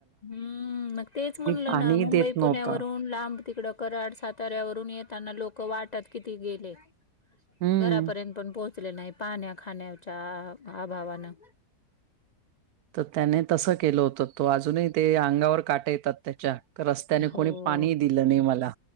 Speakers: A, on the left; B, on the right.
A: हम्म मग तेच म्हणलं
B: पाणी
A: ना मुंबई
B: देत नव्हतं.
A: पुण्यावरून लांब तिकडं कराड साताऱ्यावरून येताना लोक वाटत किती गेले
B: हम्म.
A: घरापर्यंत पण पोहोचले नाही पाण्या खाण्याच्या अभावानं
B: तर त्याने तसं केलं होतं तो अजूनही ते अंगावर काटा येतात त्याच्या रस्त्याने
A: हो,
B: कोणी पाणी दिलं नाही मला